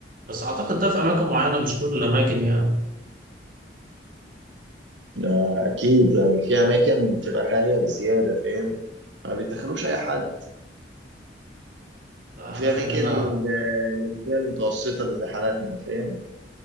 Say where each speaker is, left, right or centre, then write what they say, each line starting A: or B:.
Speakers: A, on the right; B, on the right.
A: بس أعتقد ده في أماكن معينة مش كل الأماكن يعني
B: آه، اكيد يعني في اماكن بتبقى غاليه بزياده فاهم ما بيدخلوش اي حد
A: لا
B: وفي
A: إحنا خلينا
B: اماكن آه، للفئه المتوسطه اللي زي حالاتنا فاهم